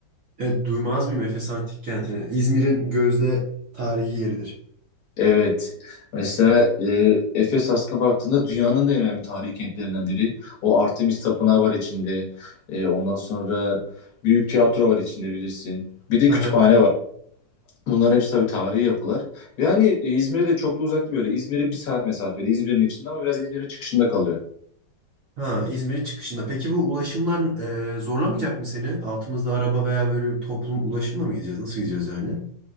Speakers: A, on the right; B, on the left.
A: Evet duymaz mıyım Efes Antik Kenti'ni? İzmir'in gözde tarihi yeridir.
B: Evet. Mesela e, Efes aslına baktığında dünyanın da en önemli tarihi kentlerinden biri. O Artemis Tapınağı var içinde. E, ondan sonra büyük tiyatro var içinde bilirsin. Bir de
A: <laughs>
B: kütüphane var. Bunların hepsi tabii tarihi yapılar. Ve hani e, İzmir'e de çok da uzak değil böyle. İzmir'e bir saat mesafede. İzmir'in içinde ama biraz İzmir'in çıkışında kalıyor.
A: Ha, İzmir'in çıkışında. Peki bu ulaşımlar e, zorlamayacak mı seni? Altımızda araba veya böyle bir toplum ulaşımla mı gideceğiz? Nasıl gideceğiz yani?